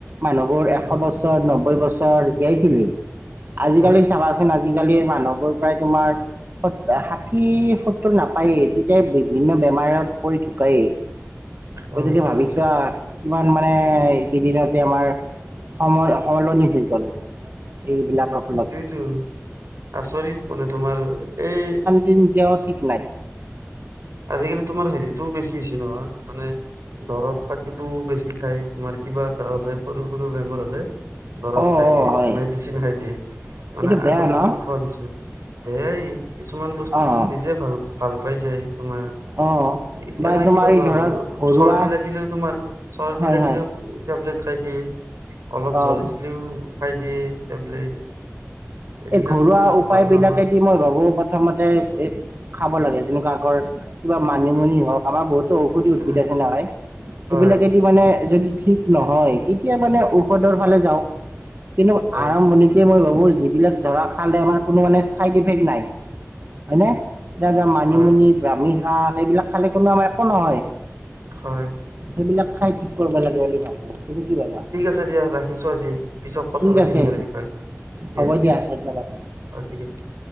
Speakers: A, on the right; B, on the right.
A: মানুহ বোৰ
B: হয়
A: এশ বছৰ, নব্বৈ বছৰ জীয়াইছিলেই আজিকালি
B: হয়
A: চাবাচোন আজিকালিৰ মানুহবোৰ প্ৰায় তোমাৰ সত ষাঠি সত্তৰ নাপায়েই তেতিয়া বিভিন্ন বেমাৰত পৰি ঢুকাইয়ে।
B: হয়
A: গতিকে
B: হয়
A: ভাবিছোৱা কিমান মানে এই কেইদিনতে আমাৰ সময় সলনি হৈ গ'ল এইবিলাকৰ ফলত।
B: উম, আচৰিত মানে তোমাৰ এই
A: টিনকেউ ঠিক নাই।
B: আজিকালি তোমাৰ হেৰিটোও বেছি হৈছে নহয় মানে দৰৱ পাতিটো বেছি খাই তোমাৰ কিবা এটা হ'লে সৰু সৰু বেমাৰ হ'লে দৰপ
A: অঁ
B: খাই
A: অঁ
B: দিয়ে,
A: হয়
B: মেডিচিন খাই দিয়ে মানে
A: এইটো বেয়া
B: আগতেতো
A: ন
B: খোৱা নাছিলোঁ। সেই কিছুমান বস্তু
A: অঁ
B: নিজে ভাল ভাল পাই যায়, তোমাৰ
A: অঁ
B: এতিয়া
A: বা
B: নহয়
A: তোমাৰ
B: কিবা
A: এই
B: জ্বৰ
A: ধৰা
B: হ'লেও,
A: ঘৰুৱা
B: চৰ্দি লাগিলেও তোমাৰ, চৰ্দি
A: হয়
B: লাগিলেও
A: হয়
B: টেবলেট খাই দিয়ে, অলপ
A: অঁ
B: জ্বৰ উঠিলেও খাই দিয়ে টেবলেট। এইবিলাক
A: এ ঘৰুৱা
B: তোমাৰ
A: উপায়
B: ভাল
A: বিলাকে
B: নহয়
A: দি মই ভাবোঁ প্ৰথমতে এই খাব লাগে। যেনেকুৱা আগৰ কিবা মানিমুনি হওক, আমাৰ বহুত তো ঔষধি
B: উম
A: উদ্ভিদ আছে নহয়। সেইবিলাকেদি
B: হয়
A: মানে যদি ঠিক নহয়, তেতিয়া মানে ঔষধৰ ফালে যাওঁক। কিন্তু
B: হয়
A: আৰম্ভণিত তে মই ভাবোঁ, যিবিলাক ধৰা খালে আমাৰ কোনো মানে ছাইড ইফেক্ট নাই হয় নে, এতিয়া ধৰা মানিমুনি,
B: হয়
A: ব্ৰাহ্মিশাক এইবিলাক খালে কোনো আমাৰ একো নহয়।
B: হয়
A: সেইবিলাক খাই ঠিক কৰবা লাগে বুলি ভাবোঁ। তুমি কি ভাবা?
B: আচ্ছা দিয়া, ৰাখিছোঁ আজি পিছত কথা
A: ঠিক
B: পাতিম
A: আছে
B: ইয়াৰ বিষয় দিয়া।
A: হ'ব দিয়া ধন্যবাদ।
B: অহ ঠিক আছে।